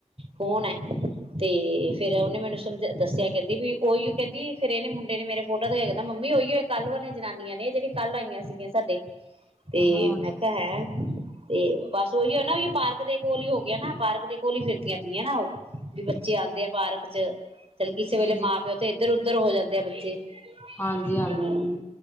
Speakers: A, on the right (about 55°); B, on the left (about 15°).
A: ਕੌਣ ਹੈ ਤੇ ਫੇਰ ਉਹਨੇ ਮੈਨੂੰ ਸਮਝ ਦੱਸਿਆ ਕਹਿੰਦੀ ਵੀ ਉਹੀ ਕਹਿੰਦੀ ਫੇਰ ਇਹਨੇ ਮੁੰਡੇ ਨੇ ਮੇਰੇ ਫੋਟੋ ਦਿਖਾਇਆ ਕਹਿੰਦਾ ਮੰਮੀ ਉਹੀਏ ਕੱਲ ਵਾਲੀਆਂ ਜਨਾਨੀਆਂ ਨੇ ਜਿਹੜੀ ਕੱਲ ਆਈਆਂ ਸੀਗੀਆਂ ਸਾਡੇ। ਤੇ
B: ਹਾਂ
A: ਮੈਂ ਕਿਹਾ ਹੈ, ਤੇ ਬਸ ਉਹੀ ਹੈ ਨਾ ਉਹੀ ਪਾਰਕ ਦੇ ਕੋਲ ਹੀ ਹੋ ਗਿਆ ਨਾ ਪਾਰਕ ਦੇ, ਘੋਲੀ ਫਿਰਦੀਆਂ ਪਈਆਂ ਨਾ ਉਹ ਵੀ ਬੱਚੇ ਆਦੇ ਆ ਪਾਰਕ ਚ, ਚੱਲ ਕਿਸੇ
B: ਜੀ
A: ਵੇਲੇ ਮਾਂ ਪਿਓ ਤੇ ਇੱਧਰ ਉਧਰ ਉੱਧਰ ਹੋ ਜਾਂਦੇ ਆ ਬੱਚੇ,
B: ਹਾਂਜੀ-ਹਾਂਜੀ,
A: ਹਮ